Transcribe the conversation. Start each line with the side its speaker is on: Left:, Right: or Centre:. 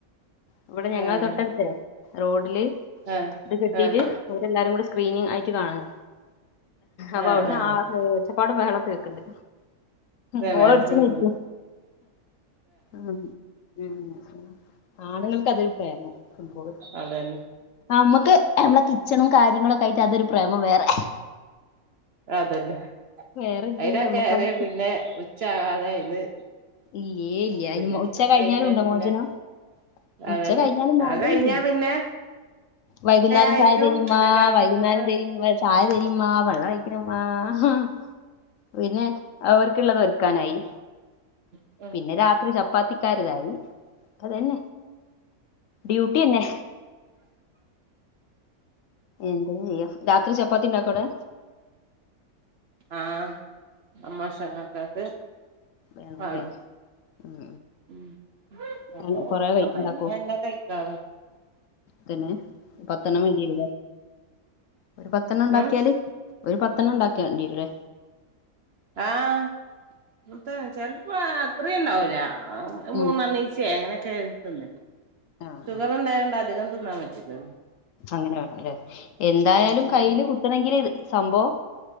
Left: ഇവടെ
Right: ആഹ്
Left: ഞങ്ങളെ തൊട്ടട്ത്തേ റോഡില്
Right: ആഹ്
Left: ഇത് കെട്ടീട്ട്
Right: ആഹ്
Left: ഓരെല്ലാരും കൂടെ സ്ക്രീനിങ് ആയിട്ട് കാണ്വാ അപ്പൊ
Right: ആഹ്
Left: അവ്ട്ന്ന്
Right: ആഹ്
Left: ആ ച്ചുപ്പാടും ബഹളൊക്കേക്ക്ണ്ട്.
Right: തന്നെ
Left: ഗോളട്ച്ചതേയ്ക്കും
Right: ഉം
Left: ആഹ് ഉം ആണ്ങ്ങൾക്ക് അതൊര് പ്രേമാ ഫുട്ബോള്.
Right: അതന്നെ
Left: നമ്മക്ക് നമ്മളെ കിച്ചണും കാര്യങ്ങളും ഒക്കൊയിറ്റ് അതൊരു പ്രേമം വേറെ.
Right: അതന്നെ
Left: വേറെ ഇല്ലല്ലോ
Right: അയിനാക്കാറിയാ
Left: നമുക്ക് അവ-
Right: പിന്നെ ഉച്ചാകാതെ അയിന്ന്
Left: ഇല്ലേല്ല്യ
Right: ഇതില്ല
Left: അയിന് ഉച്ച
Right: അത്
Left: കഴിഞ്ഞാലുണ്ടോ
Right: കഴിഞ്ഞാ പിന്നെ
Left: മോചനം? ഉച്ച
Right: അതന്നെ
Left: കഴിഞ്ഞാല് മോചനല്ല്യല്ലോ.
Right: അത് കഴിഞ്ഞാ പിന്നെ
Left: വൈകുന്നേരം
Right: ആയിട്ടും
Left: ചായ തെരിമ്മാ
Right: പിന്നെ രാത്രിക്കത്തെ
Left: വൈകുന്നേരം തെരീ ചായ തെരിമ്മാ പള്ള പയ്ക്ക്ണിമ്മാ ആഹ് പിന്നെ ഓല്ക്ക്ള്ളതൊര്ക്കാനായി.
Right: ഉം
Left: പിന്നെ രാത്രി ചപ്പാത്തിക്കാർതായി അതന്നെ ഡ്യൂട്ടി തന്നെ എന്ത ചെയ്യ രാത്രി ചപ്പാത്തി ഉണ്ടാക്കൂടെ
Right: ആഹ് മോശങ്ങളൊക്കത്ത്
Left: വേണം
Right: കാണം
Left: അല്ലേ ഉം,
Right: ഉം
Left: ഉം.
Right: അപ്പൊ
Left: കൊറേ വൈ
Right: അമ്മന
Left: ഉണ്ടാക്കോ
Right: എന്നന്നെ കയ്ക്കറ
Left: പത്തന് പത്തെണ്ണം വേണ്ടില്ലേ ഒരു പത്തെണ്ണം ഇണ്ടാക്ക്യാല്
Right: ഉം
Left: ഒരു പത്തെണ്ണം ഇണ്ടാക്ക്യണ്ടെരുംല്ലേ
Right: ആഹ് മൂത്തെ ചെൽപ്പോ അത്രീം ഇണ്ടാവൂല്ല
Left: ആ
Right: മൂന്നെണ്ണീ ച്ചെ അങ്ങനെക്കെ തിന്നല്
Left: ആ ആ
Right: ഷുഗർ ഉണ്ടായോ ണ്ട്‌കൊണ്ട് അധികം തിന്നാൻ പറ്റില്ലല്ലോ
Left: അങ്ങനെ വേണല്ലേ എന്തായാലും
Right: ഉം ഉം
Left: കയ്യില് കുത്തണെങ്കില് സംഭവം